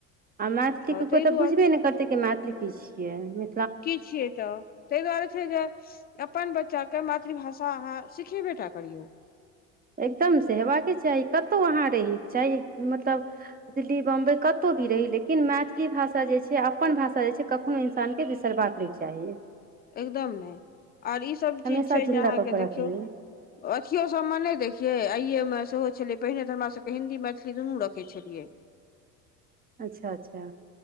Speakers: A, on the right (about 20°); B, on the left (about 20°).
A: आ मैथिली ककरो
B: ताहि
A: तऽ
B: दुआरे
A: बुझबे ने करतै के मैथिली की छियै मि
B: की छियै तऽ ताहि दुआरे छै जे अपन बच्चा कऽ मातृभाषा अहाँ सिखेबे टा करियौ
A: एकदम से हेबाके चाही कतहु अहाँ रहियो चाही मतलब दिल्ली बम्बई कतौ भी रही लेकिन मैथिली भाषा जे छै अपन भाषा जे छै कखनो इंसान के बिसरबाक नहि चाहिए
B: एकदम नहि आर इसभ
A: हमेशा
B: चीज छै
A: जिन्दा
B: जे अहाँके
A: कऽ के
B: देखियौ
A: रखी
B: अथिओ सभमें नहि देखियै आइएमें सेहो छलै पहिने तऽ हमरा सभके हिन्दी मैथिली दुनू रखै छलियै
A: अच्छा-अच्छा